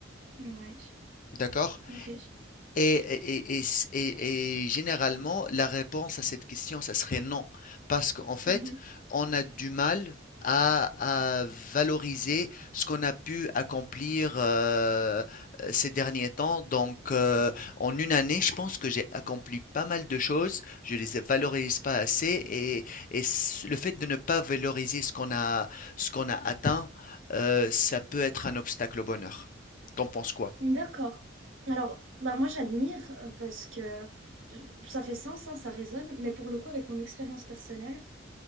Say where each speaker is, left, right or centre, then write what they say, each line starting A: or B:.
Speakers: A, on the right; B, on the left.
A: ouais,
B: D'accord?
A: ok.
B: Et, et, et, et et- généralement, la réponse à cette question, ça serait non. Parce qu'en fait,
A: Mhm.
B: on a du mal à, à valoriser ce qu'on a pu accomplir euh, ces derniers temps. Donc, euh, en une année, je pense que j'ai accompli pas mal de choses. Je les valorise pas assez. Et, et s- le fait de ne pas valoriser ce qu'on a, ce qu'on a atteint, euh, ça peut être un obstacle au bonheur. T'en penses quoi?
A: D'accord. Alors, bah, moi, j'admire euh, parce que euh, ça fait sens, hein, ça résonne, mais pour le coup, avec mon expérience personnelle,